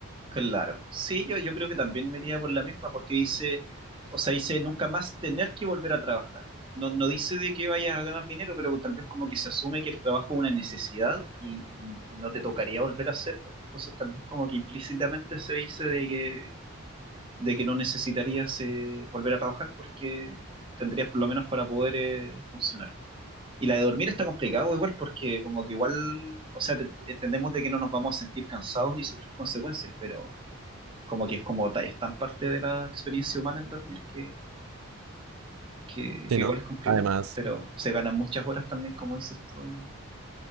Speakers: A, on the right (about 25°); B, on the right (about 80°).
A: Claro, sí, yo, yo creo que también me iría por la misma, porque dice, o sea, dice nunca más tener que volver a trabajar. No, no dice de que vayas a ganar dinero, pero tal vez como que se asume que el trabajo es una necesidad y, y- y no te tocaría volver a hacerlo. Entonces tal vez como que implícitamente se dice de que, de que no necesitarías eh, volver a trabajar porque tendrías por lo menos para poder eh, funcionar. Y la de dormir está complicado igual porque como que igual, o sea, te- entendemos de que no nos vamos a sentir cansados ni sufrir consecuencias, pero como que es como ta- es tan parte de la experiencia humana el dormir que, que
B: Sí,
A: igual
B: ¿no?
A: es complicado,
B: Además.
A: pero se ganan muchas horas también, como dices tú, de,